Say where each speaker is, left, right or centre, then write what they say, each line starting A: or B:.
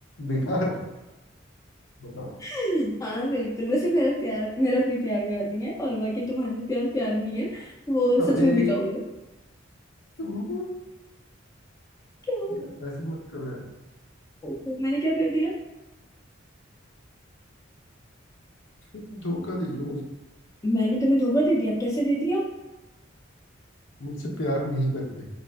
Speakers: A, on the left; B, on the left.
A: बेकार बताओ
B: हाँ बिल्कुल वैसे मेरा प्यार मेरा कोई प्यार व्यार नहीं है और बाकी तुम्हारा प्यार प्यार नहीं है वो
A: अरे
B: सच में बिका हुआ है
A: तुम
B: क्या
A: यार ऐसा मत करो यार
B: ओ, मैंने क्या कर दिया
A: तुम धोखा दे लियो मुझे
B: मैंने तुम्हें धोखा दे दिया कैसे दे दिया
A: मुझसे प्यार नहीं करते